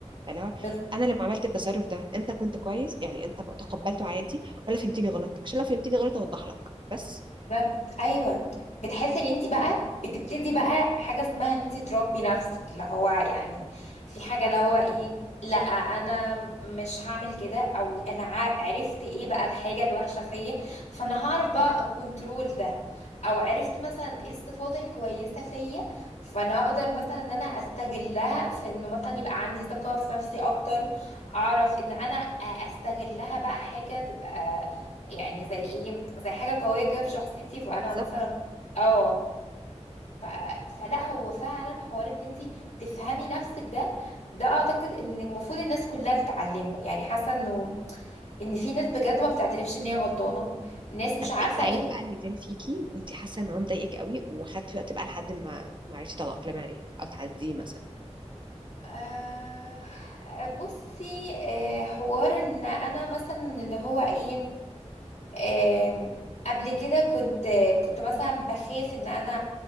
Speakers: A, on the right; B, on the left.
A: اللي هو
B: بالظبط
A: انا لما عملت التصرف ده انت كنت كويس يعني انت بقى تقبلته عادي ولا فهمتني غلط عشان لو فهمتني غلط اوضح لك بس
B: بالظبط ايوه بتحسي ان انت بقى بتبتدي بقى حاجه اسمها ان انت تربي نفسك اللي هو يعني في حاجه اللي هو ايه لا انا مش هعمل كده او انا ع- عرفت ايه بقى الحاجه الوحشه فيا فانا هعرف بقى اكونترول ده او عرفت مثلا ايه الصفات الكويسه فيا فانا هقدر مثلا ان انا استغلها في انه مثلا يبقى عندي ثقه في نفسي اكتر اعرف ان انا استغلها بقى حاجه تبقى يعني زي ايه زي حاجة قوية كده في شخصيتي فانا
A: بالظبط
B: مثلا اه ف... فلا هو فعلا حوار ان انت تفهمي نفسك ده ده اعتقد ان المفروض الناس كلها تتعلمه يعني حاسة انه ان في ناس بجد ما بتعترفش ان هي غلطانة ناس مش
A: طب
B: عارفة
A: ايه العيب
B: ايه
A: بقى اللي كان فيكي وكنتي حاسه ان هو مضايقك قوي وخدتي وقت بقى لحد ما ما عرفتي تتاقلمي عليه او تعديه مثلا
B: آه... بصي آه... حوار ان انا مثلا اللي هو ايه آم، قبل كده كنت كنت مثلا بخاف ان انا